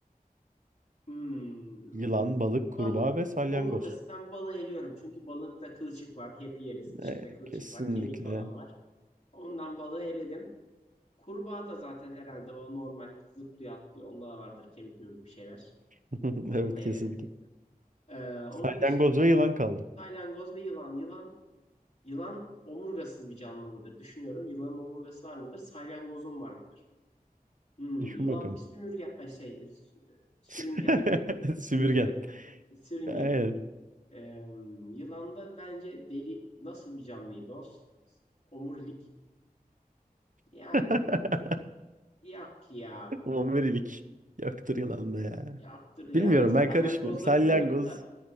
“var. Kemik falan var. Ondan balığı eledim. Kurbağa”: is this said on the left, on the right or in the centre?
Left